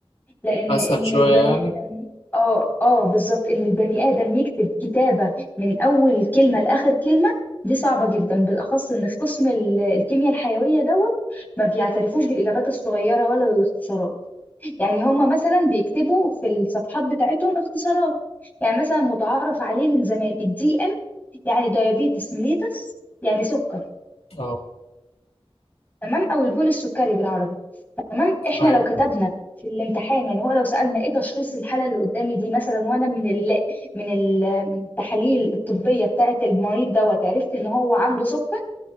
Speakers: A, on the left (about 20°); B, on the left (about 80°).
A: لأن
B: أسهل
A: إن
B: شوية
A: البني
B: يعني
A: آدم اه اه بالظبط إن البني آدم يكتب كتابة من أول كلمة لآخر كلمة دي صعبة جدا بالأخص إن في قسم ال- الكيمياء الحيوية دوت ما بيعترفوش بالإجابات الصغيرة ولا بالاختصارات يعني هما مثلا بيكتبوا في الصفحات بتاعتهم اختصارات يعني مثلا متعارف عليه من زمان الدي إم يعني دايابيتس ميليتس يعني سكر
B: اه
A: تمام او البول السكري بالعربي تمام احنا
B: أيوة
A: لو كتبنا في الامتحان يعني هو لو سالنا ايه تشخيص الحاله اللي قدامي دي مثلا وانا من ال من ال من التحاليل الطبيه بتاعه المريض دوت عرفت ان هو عنده سكر